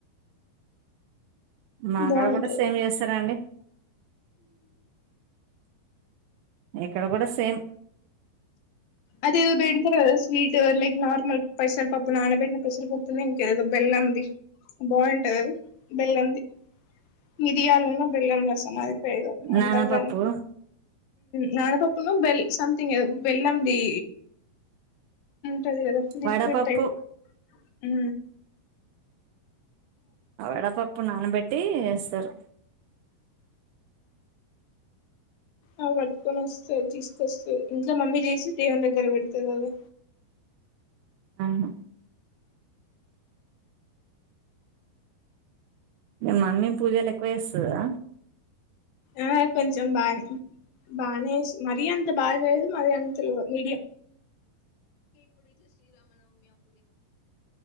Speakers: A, on the right; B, on the left.
A: మాక్కడ
B: బాగుంటది
A: కూడా సేమ్ చేస్తారండి ఇక్కడ కూడా సేమ్
B: అదేదో పెడతారు కదా స్వీట్ లైక్ నార్మల్ పెసరపప్పు నానబెట్టిన పెసరపప్పునే ఇంకేదో బెల్లంది బాగుంటది అది బెల్లంది మిరియాలు ఉన్న బెల్లం సమాధిపదు
A: నానపప్పు
B: ఉంటారు కాని నానా పప్పు బల్ సమంతింగ్ ఎద బెల్లంది కదా
A: వడపప్పు
B: ట అ
A: వడ పప్పు ప్పు నానబెట్టి చేస్తారు
B: ఆ పట్టుకొని వస్తా తీసుకొస్తాది ఇంట్లో మమ్మీ చేసి దేవుని దగ్గర పెడత కదా
A: ఆహా మమ్మీ పూజలు ఎక్కువ చేస్తాద
B: ఆ కొంచెం బాగా బానే మరీ అంత బాగా చేయదు మరి అంతడి మీడియం